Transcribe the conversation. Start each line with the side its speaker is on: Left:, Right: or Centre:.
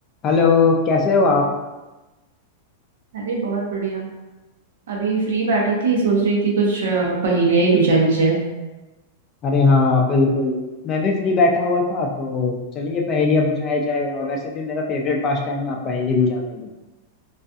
Left: Hello कैसे हो आप
Right: अरे बहुत बढ़िया अभी फ्री बैठी थी सोच रही थी कुछ अ, पहेलियाँ ही बुझा ली जाए
Left: अरे हाँ बिल्कुल मैं भी फ्री बैठा हुआ था तो चलिए पहेलियाँ बुझाई जाए और वैसे भी मेरा फेवरेट पास टाइम ना पहेली बुझाना ही है